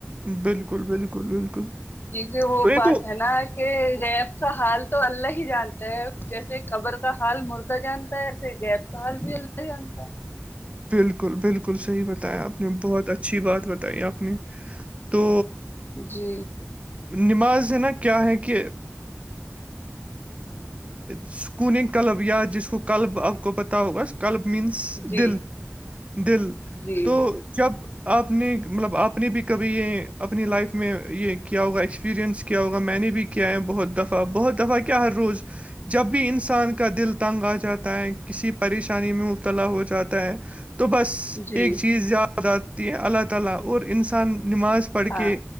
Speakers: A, on the right; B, on the left.
A: بالکل بالکل بالکل
B: یہ وہ
A: تو
B: بات
A: تو
B: ہے نا کہ گیپ کا حال تو اللہ ہی جانتا ہے جیسے قبر کا حال مردہ جانتا ہےسے گیپ کا حال بھی اللہ جانتا ہے
A: بالکل بالکل صحیح بتایا آپ نے بہت اچھی بات بتائی آپ نے تو
B: جی
A: نماز ہے نا کیا ہے کہ سکوننگ کلب یا جس کو کلب آپ کو پتہ ہوگس کلب مینس
B: جی
A: دل دل
B: جی
A: تو جب آپ نے مطلب آپ نے بھی کبھی یہ اپنی لائف میں یہ کیا ہوگا ایکسپریئنس کیا ہوا میں نے بھی کیا ہے بہت دفعہ بہت دفعہ کیا ہر روز جب بھی انسان کا دل تنگ آ جاتا ہے کسی پریشان انی میں مبتلا ہو جاتا ہے تو بس
B: جی
A: ایک چیز زیادہ آتی ہیں اللہ تعالی اور انسان نماز پڑھ
B: ہاں
A: کے